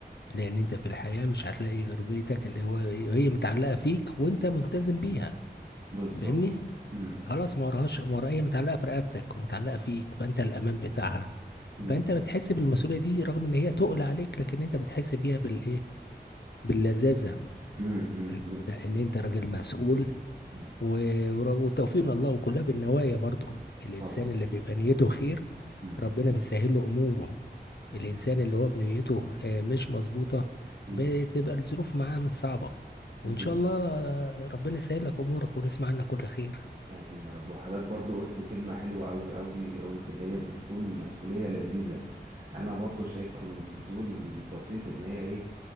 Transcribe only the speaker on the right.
مم.
بالظبط
مم.
مم.
مم. مم.
بت...
مم.
طبعا
مم.
آمين
مم.
بالظبط
آمين يا رب وحضرتك برضو قلت كلمة حلوة أوي أوي قلت اللي هي بتكون مسؤولية لذيذة أنا برضو شايفها من منظوري البسيط إن هي إيه